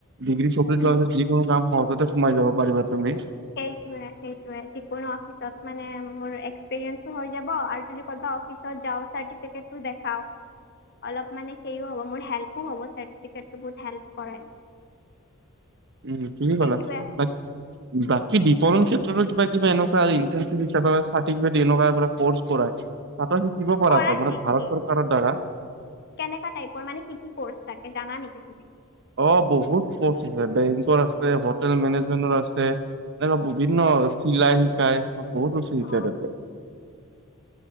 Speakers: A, on the right; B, on the left.
A: ডিগ্ৰী কমপ্লিট
B: উম
A: হোৱা হ'লে যিকোনো কাম সক- জতে সোমাই যাব পাৰিবা তুমি।
B: সেইটোৱে সেইটোৱে যিকোনো অফিচত মানে মোৰ এস্কপিৰিয়েন্স হৈ যাব আৰু তুমি ক'ত বা অফিচত যাও চাৰ্টিফিকেটো দেখাও অলপ সেয়ো হব মোৰ হেল্প হ'ব চাৰ্টিফিকেটো বহুত হেলপ কৰে।
A: উম কি কি
B: সেইটোৱে
A: কলা বা বা কি বিপণন ক্ষেত্ৰতো কিবা কিবা এনেকুৱা ইন্টাৰ্ণশ্বিপ হিচাপে চাৰ্টিফিকেট এনেকুৱা কৰ্চ কৰায়। শিকিব পৰাটো
B: কৰাই
A: মানে
B: নেকি
A: ভাৰত চৰকাৰৰ দ্বাৰা।
B: কেনেকা টাইপৰ মানে কি কি কৰ্চ থাকে জানা নেকি তুমি।
A: অ বহুত কৰ্চ আছে বেংকৰ আছে হোটেল মেনেজমেন্টৰ আছে। এনেকুৱা বিভিন্ন চিলাই শিকাই। অ বহুত বস্তু শিকায়
B: অ
A: তাতে।